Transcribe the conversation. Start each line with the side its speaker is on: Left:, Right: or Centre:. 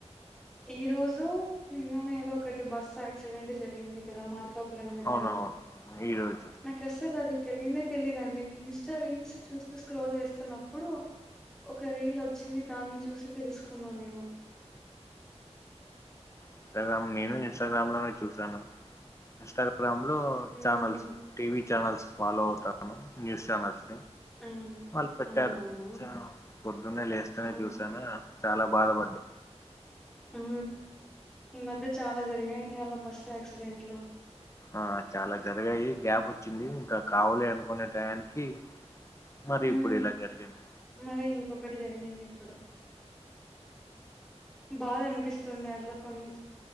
Centre: ఈ రోజు నిన్ననో ఏదో ఒకటి బస్సు యాక్సిడెంట్ జరిగింది కదా మార్కప్ పురం దగ్గర
Left: అవునవును ఈరోజు
Centre: నాకస్సల్ అది తెలియనే తెలిదండి. ఇన్స్టా రీల్స్ చూస్తూ స్క్రోల్ చేస్తున్నప్పుడు ఒక రీల్ వచ్చింది దాన్ని చూసి తెలుసుకు కున్న నేను
Left: ఇన్స్టాగ్రమ్ నేను ఇన్స్టాగ్రామ్ లోనే చూసాను. ఇన్స్టాగ్రా గ్రాంలో
Centre: హ్మ్.
Left: ఛానల్స్ టీవీ ఛానల్స్ ఫాలో అవుతారు. న్యూస్ చానల్స్
Centre: అవును.
Left: వాళ్ పెట్టారు
Centre: అవునవునా!
Left: అ పొద్దున్నే లేస్తనే
Centre: ఆ!
Left: చూసానా చాలా బాధపడ్
Centre: ఉ ఈ మధ్య చాలా జరిగాయి. అండి అలా బస్సు యాక్సిడెంట్లు.
Left: ఆ చాలా జరగాయి గ్యాప్ వచ్చింది. ఇంకా కావాలి అనుకునే టయానికి మరి
Centre: ఉ
Left: ఇప్పుడు ఇలా జరిగింది
Centre: మరి ఇంకొకటి జరిగింది. ఎప్పుడు బాధ అనిపిస్తుంది. అట్లా కొన్ని